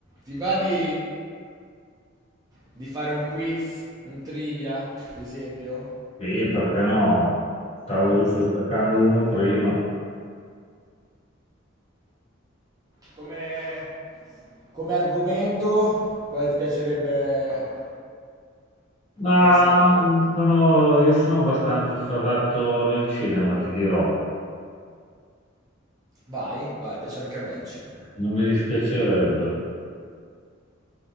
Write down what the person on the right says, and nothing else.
Ti va di, di fare un quiz, un trivia, ad esempio?
Come, come argomento, quale ti piacerebbe...
Quale sarà il...
Vai, vai, piace anche a me il cinema.